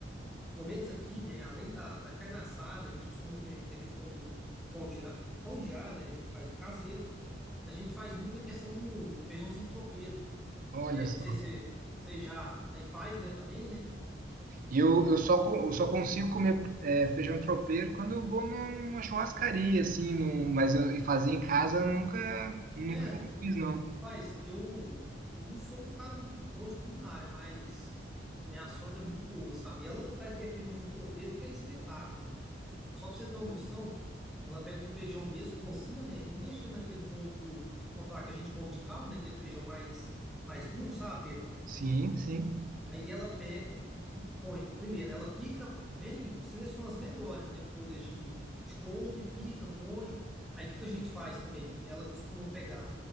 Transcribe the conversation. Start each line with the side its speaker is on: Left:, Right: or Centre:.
Centre: pelo menos aqui, né, além da, da carne assada, a gente costuma também fazer a questão do pão de, a- do pão de alho, né? A gente faz o caseiro, a gente faz muita questão do feijãozinho tropeiro.
Right: Olha
Centre: É,
Right: só.
Centre: não sei se você já aí faz, né, também, né?
Right: Eu, eu só, co- eu só consigo comer é, feijão tropeiro quando eu vou num- numa churrascaria, assim, num, mas eu, e fazer em casa eu nunca, nunca
Centre: Sério?
Right: fiz, não.
Centre: Mas eu, eu não sou um cara muito bom de culinária, mas a minha sogra é muito boa, sabe? Ela faz aquele feijãozinho tropeiro que é espetáculo. Só pra você ter uma noção, ela pega o feijão mesmo, cozinha, né? Não deixa naquele ponto, vamos falar que a gente come de caldo, né? Aquele feijão mais, mais duro, sabe, Pedro?
Right: Sim, sim.
Centre: Aí ela pega e põe. Primeiro, ela pica bem, seleciona as melhores, né? Folhas de, de couve, pica, põe. Aí o que, que a gente faz também? Ela costuma pegar